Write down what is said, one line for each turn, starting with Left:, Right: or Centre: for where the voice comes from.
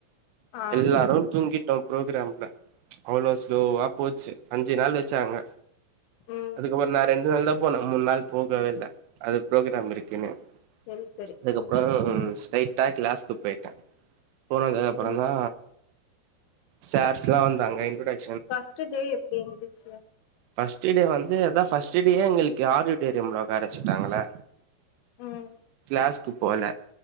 Left: ஆ
Right: எல்லாரு தூங்கிட் பரோக்ராம்ல அவ்ளோ ஸ்லோவா போச்சு அஞ்சு நாள் வச்சாங்க
Left: ம்
Right: அதுக்கப்பற நா ரெண்டு நாள்தாப் போனு மூணு நாள் போகவே இல்ல அது ப்ரோக்ராம் இருக்குன்னு
Left: சரி சரி
Right: அதுக்கப்புறோ
Left: ஆ
Right: ஸ்டை டா கிளாஸ்க்கு போயிட்ட போனதுக்கு அப்புறம்
Left: ம்
Right: தா ஸார்ஸ் சல வந்தாங்க இன்டொடய்
Left: பர்ஸ்ட் டே எப்டி இருந்துச்சு
Right: ஃபஸ்ட் டே வந்து அதா ஃபர்ஸ்ட் டே எங்களுக்கு ஆடியட்டோரியம்ல உக்கார வெச்சுட்டாங்களா
Left: ம்
Right: கிளாசக்கு போலே